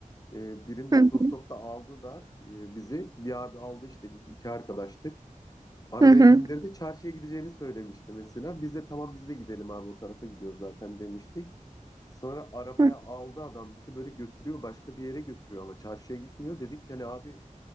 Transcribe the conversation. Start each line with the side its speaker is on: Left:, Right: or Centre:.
Left: Ee, birinde
Right: hı
Left: otostopta aldı dar e, bizi. Bir abi aldı işte biz iki arkadaştık. Arabaya
Right: hı, hı
Left: bindirdi. Çarşıya gideceğini söylemişti mesela. Biz de tamam biz de gidelim abi o tarafa gidiyoruz zaten demiştik. Sonra arabaya
Right: hı,
Left: aldı adam bizi böyle götürüyor başka bir yere götürüyor ama çarşıya gitmiyor. Dedik ki hani abi